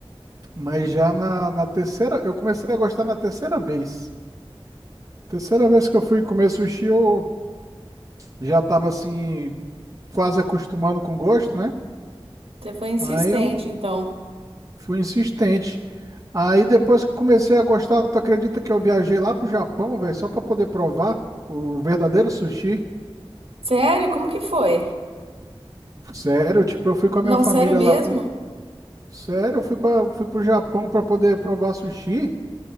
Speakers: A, on the right (about 35°); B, on the right (about 75°).
A: Mas já na, na terceira, eu comecei a gostar na terceira vez. Terceira vez que eu fui comer sushi, eu já tava assim, quase acostumando com o gosto, né?
B: Você foi insistente,
A: Aí eu
B: então.
A: fui insistente. Aí depois que eu comecei a gostar, tu acredita que eu viajei lá pro Japão, velho, só pra poder provar o verdadeiro sushi?
B: Sério? Como que foi?
A: Sério, tipo, eu fui com a
B: Não,
A: minha família
B: sério mesmo?
A: lá pro... Sério, eu fui para fui pro Japão pra poder provar sushi.